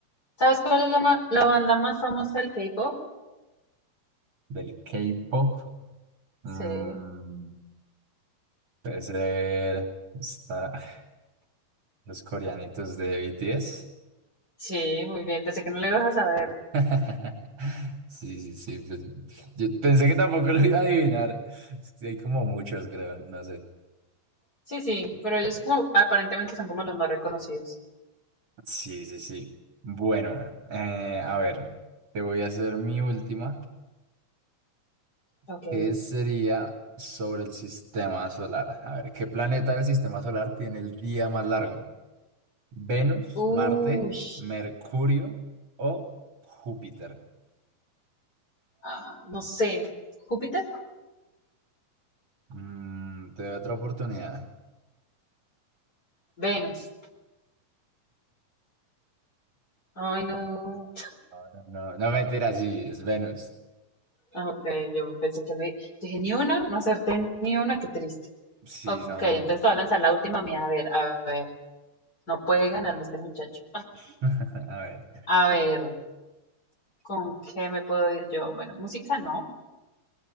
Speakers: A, on the left (about 25°); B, on the right (about 45°).
A: ¿Sabes cuál es la, ma- la banda más famosa del K-pop?
B: Del K-pop. mm,
A: Sí,
B: puede ser está, <laughs> los coreanitos de BTS.
A: sí, muy bien, pensé que no lo ibas a saber.
B: <laughs> Sí, sí, sí. pues, yo pensé que tampoco lo iba a adivinar. Es que hay como muchos, creo, no sé.
A: Sí, sí, pero ellos como, aparentemente son como los más reconocidos.
B: Sí, sí, sí. Bueno, eh, a ver, te voy a hacer mi última.
A: Ok.
B: ¿Qué sería sobre el sistema solar? A ver, ¿qué planeta del sistema solar tiene el día más largo? ¿Venus,
A: Uy,
B: Marte, Mercurio o Júpiter?
A: ah, no sé. ¿Júpiter?
B: Mm, te doy otra oportunidad.
A: Venus. Ay, no.
B: No, no, no, mentira, sí, es Venus.
A: Ah, Ok, yo pensé que me... Dije, ni una, no acerté ni una, qué triste.
B: Sí,
A: Ok,
B: son.
A: entonces te voy a lanzar la última mía. A ver, a ver. No puede ganarme este muchacho.
B: <laughs> A ver.
A: A ver, ¿con qué me puedo ir yo? Bueno, música no.